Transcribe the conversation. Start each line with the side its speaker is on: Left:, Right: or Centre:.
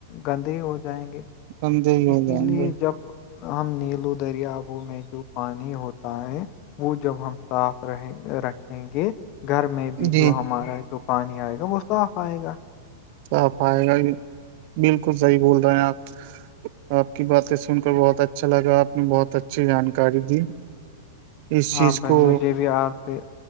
Left: گندے ہی ہو جائیں گے
Right: بندے ہی ہو
Left: اسی
Right: جائیں
Left: لیے
Right: گے
Left: جب ہم نیلو دریابو میں جو پان ہوتا ہے وہ جب ہم صاف رہیں رکھیں گے گھر میں بھی
Right: جی
Left: جو ہمارا جو پانی آئے گا وہ صاف آئے گا
Right: صاف آئے گا یہ بالکل صحیح بول رہے ہیں آپ آپ کی باتیں سن کر بہت اچھا لگا آپ نے بہت اچھی جانکاری دی اس
Left: ہاں
Right: چیز
Left: بھائی
Right: کو
Left: مجھے بھی آپ سے